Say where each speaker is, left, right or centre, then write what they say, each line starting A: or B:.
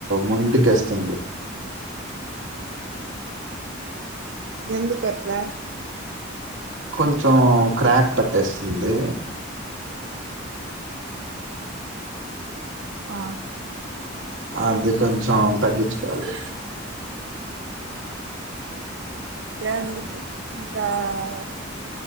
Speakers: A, on the right (about 80°); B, on the right (about 60°).
A: మొండికేస్తుంది
B: ఎందుకు అట్లా
A: కొంచెం క్రాక్ పట్టేస్తుంది
B: ఆ
A: అది కొంచెం తగ్గించుకోవాలి
B: గ్యాం ఇంకా <unintelligible>